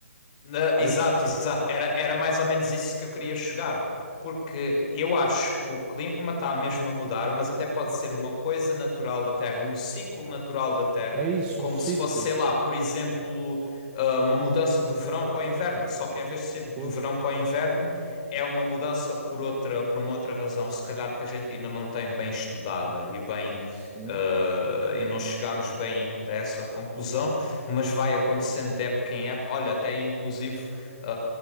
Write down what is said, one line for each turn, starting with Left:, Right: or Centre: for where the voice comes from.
Left: Na-
Right: Sabes?
Left: Exato, exato. Era, era mais ou menos isso que eu queria chegar, porque eu acho que o clima está mesmo a mudar, mas até pode ser uma coisa natural da Terra, um ciclo natural da Terra,
Right: É isso,
Left: como
Right: um ciclo.
Left: se fosse, sei lá, por exemplo, ah, uma mudança do verão para o inverno. Só que em vez de ser do
Right: Pois,
Left: verão para o inverno, é uma mudança por outra, por uma outra razão, se calhar que a gente ainda não tem bem estudada e bem
Right: sim,
Left: eh, e não chegámos bem ainda a essa conclusão, mas vai acontecendo de época em época. Olha, até inclusive eh,